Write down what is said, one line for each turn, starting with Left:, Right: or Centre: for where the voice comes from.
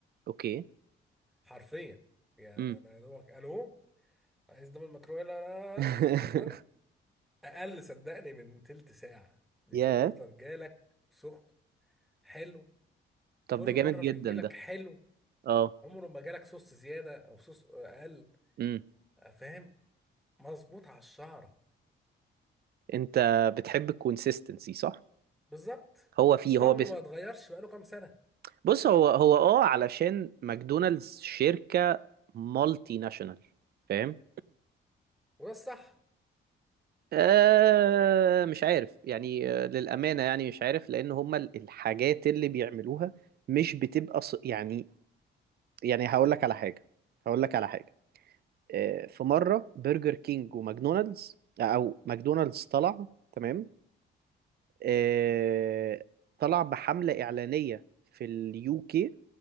Right: اوكي
Centre: حرفيا يعني
Right: امم
Centre: انا يا دوبك الو عايز دبل مكرويلا لا لا
Right: <laughs>
Centre: لا طن اقل صدقني من تلت ساعه بيكون
Right: ياه
Centre: اوردر جالك سخن حلو
Right: طب
Centre: كل
Right: ده جامد
Centre: مره
Right: جدا
Centre: بيجيلك
Right: ده
Centre: حلو
Right: اه
Centre: عمره ما جالك صوص زياده او صوص اقل
Right: امم
Centre: فاهم مظبوط على الشعره
Right: انت بتحب الكونسيستنسي صح
Centre: بالظبط
Right: هو فيه
Centre: طعمه
Right: هو بس
Centre: ما اتغيرش بقاله كام سنه
Right: بص هو هو اه علشان ماكدونالدز شركة مالتي ناشونال فاهم
Centre: وده الصح
Right: آه مش عارف يعني آه للأمانة يعني مش عارف لأن هما ال- الحاجات اللي بيعملوها مش بتبقى ص... يعني يعني هقول لك على حاجة هقول لك على حاجة آه في مرة برجر كينج وماكدونالدز أو ماكدونالدز طلع تمام آه
Centre: مم.
Right: طلع بحملة إعلانية في اليو كي